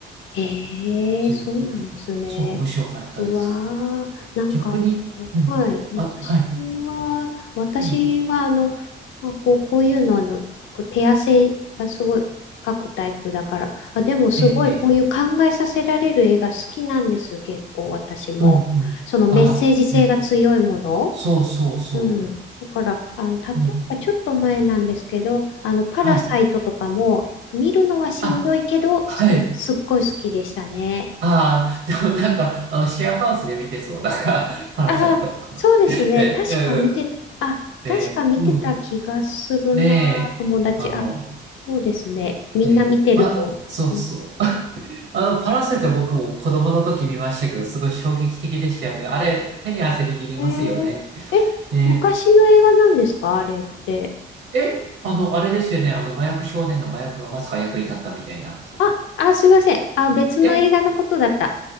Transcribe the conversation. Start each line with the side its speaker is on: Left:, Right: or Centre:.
Left: ええそうなんですね。
Right: そういうの見てて、そう面白かったです。
Left: うわー、なんか、
Right: 逆に、うん、
Left: はい、私は、
Right: あ、はい、
Left: 私は、
Right: うん、
Left: あの、まあ、こう、こういうの、あの、こう手汗がすごい描くタイプだから、あ、でもすごい、
Right: ええ、ええ、
Left: こういう考えさせられる絵が好きなんです、結構、私も。
Right: うん、うん、
Left: そのメッセージ性が強いもの。
Right: あ、ええ、そうそうそ
Left: うん。だから、あの、例えばちょっと前なんですけど、
Right: う、うん、
Left: あの、パラサイトとかも、
Right: はい、
Left: 見るのはしんどいけど、
Right: あ、はい、
Left: す、すっごい好きでしたね。
Right: ああ、<laughs> でもなんか、あの、シェアハウスで見てそう、なんか、<laughs> パラサイト。
Left: ああ、
Right: あのえ、
Left: そうですね。確か見て、
Right: うん
Left: あ、
Right: で、
Left: 確か見てた気がするな、
Right: うん。で、
Left: 友達。
Right: あの、
Left: あ、そうですね。みんな見てると。
Right: ね、あ、そうそう。
Left: うん、
Right: <laughs> あの、パラセト僕も子供の時見ましたけど、すごい衝撃的でしたよね。あれ、手に汗握りますよね。
Left: えーえ、
Right: ね、
Left: 昔の映画なんですかあれって。
Right: え、あの、あれですよね。あの、麻薬少年の麻薬がまさか役に立ったみたいな。
Left: あ、あ、すいません。あ、別の映画のことだった。
Right: え、